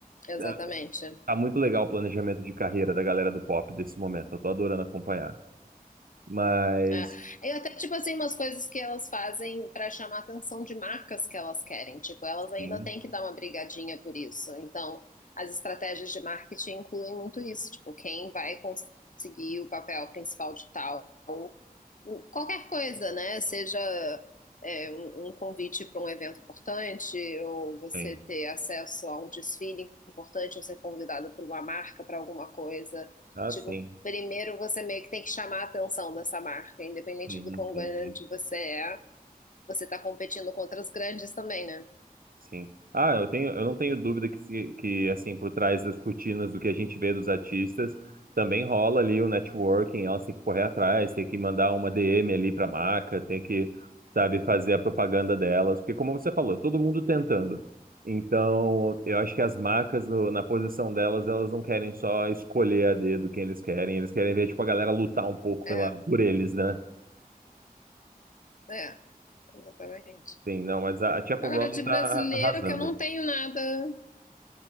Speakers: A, on the left (about 55°); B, on the right (about 65°).
A: Exatamente.
B: é, tá muito legal o planejamento de carreira da galera do pop desse momento. Eu tô adorando acompanhar. Mas,
A: É. E até, tipo assim, umas coisas que elas fazem para chamar a atenção de marcas que elas querem. Tipo, elas ainda
B: sim,
A: têm que dar uma brigadinha por isso. Então, as estratégias de marketing incluem muito isso. Tipo, quem vai conseguir o papel principal de tal o- qualquer coisa, né? Seja é, um, um convite para um evento importante, ou você
B: sim.
A: ter acesso a um desfile importante, ou ser convidado por uma marca para alguma coisa.
B: Ah,
A: Tipo,
B: sim.
A: primeiro você meio que tem que chamar a atenção dessa marca, independente
B: Sim,
A: do quão
B: sim,
A: grande
B: sim.
A: você é, você está competindo contra os grandes também, né?
B: sim. Ah, eu tenho, eu não tenho dúvida que, se- que assim, por trás das cortinas do que a gente vê dos artistas, também rola ali o networking, elas têm que correr atrás, tem que mandar uma DM ali para a marca, tem que, sabe, fazer a propaganda delas, porque como você falou, é todo mundo tentando. Então, eu acho que as marcas no- na posição delas, elas não querem só escolher a dedo quem eles querem, eles querem ver, tipo, a galera lutar um pouco
A: É,
B: pela, por eles, né?
A: é, exatamente.
B: Sim, não, mas a, a Chappell
A: Agora,
B: Roan
A: de
B: tá
A: brasileiro,
B: arrasando.
A: que eu não tenho nada.